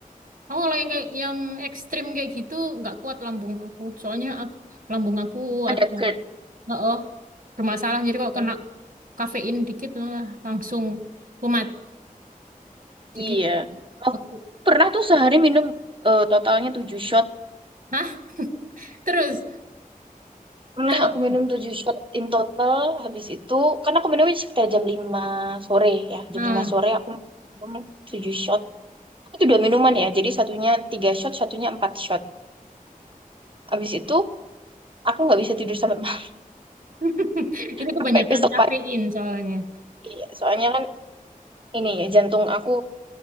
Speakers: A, on the right; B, on the right.
A: aku kalau yang kayak yang ekstrim kayak gitu nggak kuat lambung aku. Soalnya ak- lambung aku
B: Ada
A: ada oh,
B: GERD.
A: oh, bermasalah. Jadi kalau
B: Mm,
A: kena kafein dikit wah, langsung kumat. Jadi
B: iya. Oh,
A: aku
B: pernah tuh sehari minum eh, totalnya 7 shot.
A: Hah? <laughs> Terus
B: Pernah
A: kalau
B: aku minum tujuh shot in total. Habis itu, karena aku minumnya sekitar jam lima sore ya.
A: nah
B: Jam 5 sore aku minum 7 shot. Itu dua minuman ya. Jadi satunya 3 shot, satunya 4 shot. Habis itu, aku nggak bisa tidur sampai <laughs> malam.
A: <laughs> itu kebanyakan
B: Sampai besok
A: kafein
B: pagi.
A: soalnya.
B: Iya, soalnya kan ini ya jantung aku